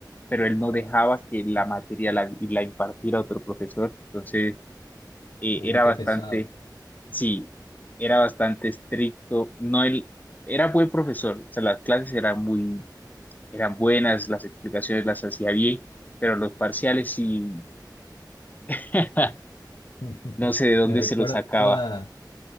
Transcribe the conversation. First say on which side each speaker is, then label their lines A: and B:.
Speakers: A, on the left (about 20°); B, on the left (about 80°).
A: pero él no dejaba que la
B: Ujú.
A: materia la, la impartiera otro profesor. Entonces, eh,
B: Uy,
A: era
B: qué
A: bastante,
B: pesado.
A: sí, era bastante estricto. No, él era buen profesor, o sea, las clases eran muy, eran buenas, las explicaciones las hacía bien, pero los parciales sí, <laughs>
B: <laughs>
A: no sé de dónde
B: Me recuerda
A: se los sacaba.